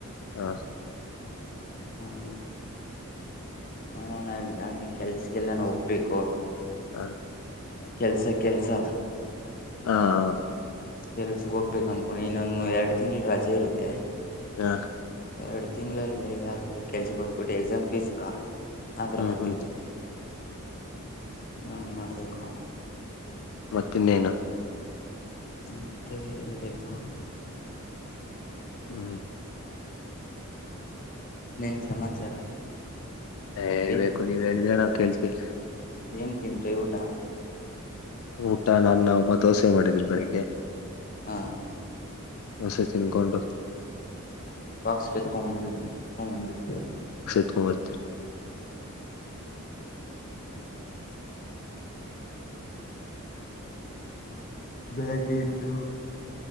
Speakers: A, on the left; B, on the left.
A: ಹ
B: ಹ್ಮ <unintelligible> ನಂದು ಕೆಲ್ಸಿಗೆಲ್ಲಾನು ಹೋಗ್ಬೇಕು
A: ಹಾ
B: ಕೆಲ್ಸ ಕೆಲ್ಸ
A: ಹಾ ಹಾ
B: ಕೆಲ್ಸಕ್ ಹೋಗ್ಬೇಕ ಅನ್ಕೊಂಡಿ ಇನ್ನೊಂದ ಎರಡ್ ತಿಂಗಳು ರಜೆ ಇರುತ್ತೆ
A: ಹಾ
B: ಎರಡು ತಿಂಗಳಲ್ಲಿ ಯಾವ್ದಾದ್ರರು ಕೆಲ್ಸಕ್ ಹೋಗ್ಬಿಟ್ಟು ಎಕ್ಸಾಮ್ ಫೀಸ್ ಕಾ ಆದ್ರೂ
A: ಹ್ಮ್
B: ಆಗ್ತತೆ
A: ಹ್ಮ್
B: ನಾವನ್ <unintelligible> ಮಾಡ್ಬೇಕು
A: ಮತ್ತ ಇನ್ನೇನು
B: ಮತ್ತೆ ಹೇಳ್ ಬೇಕು
A: ಹ್ಮ
B: ಇನೇನ್ ಸಮಾಚಾರ
A: ಹೇಳ್ಬೇಕು
B: ಏನ್
A: ನೀವ್ ಹೇಳಿದ್ರೆ ನಾವು ಕೇಳ್ತಿ <unintelligible>
B: ಏನ್ ತಿಂದರೇ ಊಟಾ
A: ಊಟ ನನ್ನ ಅಮ್ಮ ದೋಸೆ ಮಾಡಿದ್ರು ಬೆಳಿಗ್ಗೆ
B: ಹಾ
A: ದೋಸೆ ತಿನ್ಕೊಂಡು
B: ಬಾಕ್ಸಕ <unintelligible>
A: ಹ <inaudible>
B: ಬೆಳೆಗೆ ಎದ್ದು